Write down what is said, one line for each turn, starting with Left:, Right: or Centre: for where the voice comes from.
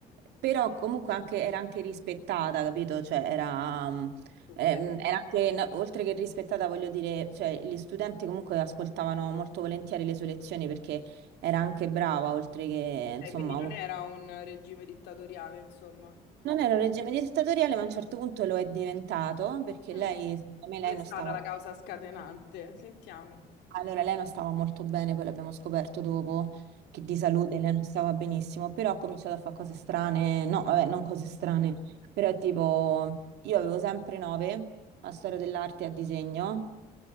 Right: però comunque anche- era anche rispettata, capito? Cioè era, mm,
Left: Ok.
Right: ehm, era anche, no, oltre che rispettata, voglio dire, cioè gli studenti comunque ascoltavano molto volentieri le sue lezioni perché era anche brava, oltre che,
Left: Ok,
Right: insomma,
Left: quindi non era un regime dittatoriale, insomma.
Right: Non era un regime dittatoriale, ma a un certo punto lo è diventato, perché
Left: Mm.
Right: lei, secondo
Left: Qual
Right: me, lei
Left: è
Right: non
Left: stata
Right: stava...
Left: la causa scatenante? Sentiamo.
Right: Allora, lei non stava molto bene, poi l'abbiamo scoperto dopo, che di salute lei non stava benissimo, però ha cominciato a fare cose strane, no, vabbè, non cose strane, però tipo, io avevo sempre nove a storia dell'arte e a disegno,